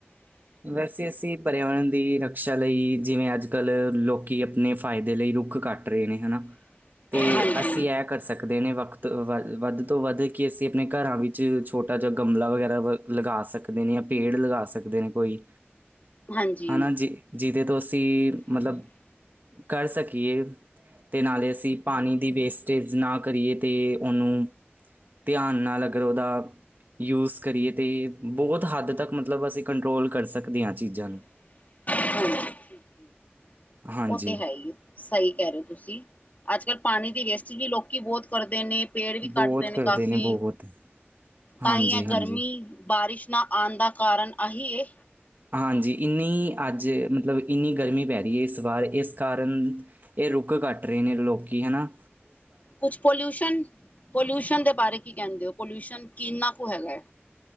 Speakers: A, on the right; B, on the left.
A: ਵੈਸੇ ਅਸੀਂ ਪਰਿਆਵਰਨ ਦੀ ਰਕਸ਼ਾ ਲਈ ਜਿਵੇਂ ਅੱਜ ਕੱਲ੍ਹ ਲੋਕੀ ਆਪਣੇ ਫ਼ਾਇਦੇ ਲਈ ਰੂਖ ਕੱਟ ਰੇ ਨੇ ਹੈਨਾ ਤੇ
B: ਹਾਂਜੀ।
A: ਅਸੀਂ ਇਹ ਕਰ ਸਕਦੇ ਨੇ ਵਕਤ ਵ ਵੱਧ ਤੋਂ ਵੱਧ ਕਿ ਅਸੀਂ ਆਪਣੇ ਘਰਾਂ ਵਿੱਚ ਛੋਟੇ ਤ ਜਾ ਗਮਲਾ ਵਗੈਰਾ ਲਗਾ ਸਕਦੇ ਨੇ, ਜਾਂ ਪੇੜ ਲਗਾ ਸਕਦੇ ਨੇ। ਕੋਈ
B: ਹਾਂਜੀ
A: ਹੈਨਾ ਜਿ ਜਿਹਦੇ ਤੋਂ ਅਸੀਂ ਮਤਲਬ ਕਰ ਸਕੀਏ ਤੇ ਨਾਲੇ ਅਸੀਂ ਪਾਨੀ ਦੀ ਵੇਸਟੇਜ ਨਾ ਕਰੀਏ ਤੇ ਉਨੂੰ ਧਿਆਨ ਨਾਲ ਅਗਰ ਔਦਾ ਯੂਜ਼ ਕਰੀਏ ਤੇ ਬੋਤ ਹੱਦ ਤੱਕ ਮਤਲਬ ਅਸੀਂ ਕੰਟਰੋਲ ਕਰ ਸਕਦੇ ਹਾਂ ਚੀਜ਼ਾਂ ਨੂੰ।
B: ਹਾਂਜੀ ਠੀਕ ਹੈ,
A: ਹਾਂਜੀ
B: ਉਹ ਤੇ ਹੈ ਈ ਸਹੀ ਕਹਿ ਰਹੇ ਤੁਸੀਂ ਅੱਜ ਕੱਲ ਪਾਣੀ ਦੀ ਵੇਸਟਜ ਵੀ ਲੋਕ ਬਹੁਤ ਕਰਦੇ ਨੇ ਪੇੜ ਵੀ ਕੱਟ
A: ਬਹੁਤ
B: ਰੇ ਨੇ
A: ਕਰਦੇ
B: ਕਾਫ਼ੀ
A: ਬਹੁਤ ਹਾਂਜੀ
B: ਤਾਂ ਹੀ ਹੈ
A: ਹਾਂਜੀ
B: ਗਰਮੀ, ਬਾਰਿਸ਼ ਨਾ ਆਣ ਦਾ ਕਾਰਨ ਆਹੀ ਏ
A: ਹਾਂਜੀ, ਇੰਨੀ ਅੱਜ ਮਤਲਬ ਇੰਨੀ ਗਰਮੀ ਪੈ ਰਹੀ ਹੈ ਇਸ ਵਾਰ ਇਸ ਕਾਰਨ, ਇਹ ਰੁੱਖ ਕੱਟ ਰਹੇ ਨੇ ਲੋਕੀ ਹੈ ਨਾ
B: ਕੁਛ ਪੋਲਿਊਸ਼ਨ, ਪੋਲਿਊਸ਼ਨ ਦੇ ਬਾਰੇ ਕੀ ਕੇਂਦੇ ਔ, ਪੋਲਿਊਸ਼ਨ ਕਿੰਨਾ ਕੁ ਹੈਗਾ ਐਂ?